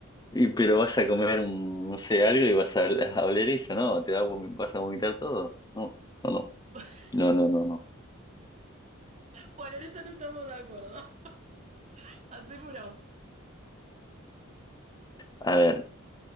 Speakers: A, on the left (about 20°); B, on the right (about 35°).
A: Y, pero vas a comer un, no sé, algo y vas a, a oler eso, ¿no? Te va a vom- vas a vomitar todo. No, no,
B: <laughs>
A: no, no, no, no, no.
B: Bueno, en esto no estamos de acuerdo. Hacémonos.
A: A ver,